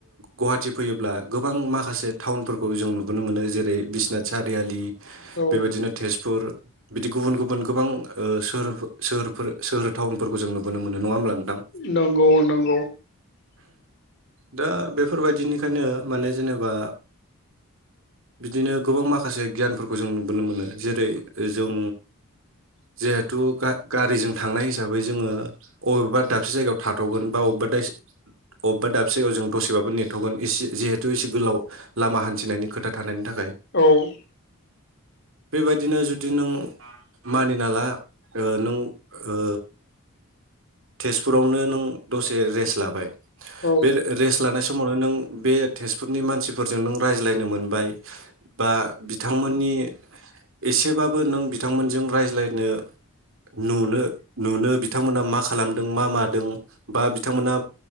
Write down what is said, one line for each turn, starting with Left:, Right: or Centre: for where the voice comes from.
Right: गुवाहाटि फैयोब्ला गोबां माखासे टाउनफोरखौ जों नुबोनो मोनो जेरै बिसनाथ सारियालि
Left: औ
Right: बेबादिनो तेजपुर बिदि गुबुन गुबुन गोबां ओ सोहोरफो सोहोरफोर सोहोर टाउनफोरखौ जों नुबोन मोनो नङा होमब्ला। नोंथां
Left: नंगौ नंगौ
Right: दा बेफोरबायदिनिखायनो माने जेनेबा बिदिनो गोबां माखासे गियानफोरखौ जों नुबोनो मोनो जेरै जों जिहेथु गा-गारिजों थांनाय हिसाबै जोङो अबेबा दाबसे जायगायाव थाथगोन बा अबेबा दासे अबेबा दाबसे जायगायाव जों दसेबाबो नेथगोन एसे जिहेथु एसे गोलाव लामा हान्थिनायनि खोथा थानायनि थाख
Left: औ
Right: बेबादिनो जुदि नों मानिना ला ओ नों ओ तेजपुरावनो नों दसे रेस्ट लाबाय
Left: औ
Right: बे रेस्ट लानाय स समावनो नों बे तेजपुरनि मानसिफोरजों नों रायज्लायनो मोनबाय बा बिथांमोननि एसेबाबो नों बि बिथांमोनजों रायज्लायनो नुनो -यनुनो बिथांमोना माखा खालामदों मा मादों बा बिथांमोना